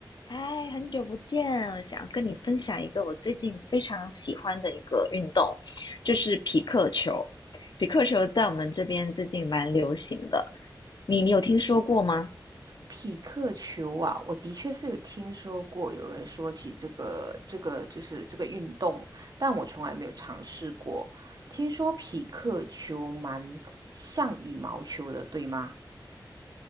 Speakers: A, on the left; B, on the right.
A: 嗨，很久不见，我想跟你分享一个我最近非常喜欢的一个运动，就是匹克球。匹克球在我们这边最近蛮流行的，你你有听说过吗？
B: 匹克球啊，我的确是有听说过有人说起这个这个就是这个运动，但我从来没有尝试过。听说匹克球蛮像羽毛球的，对吗？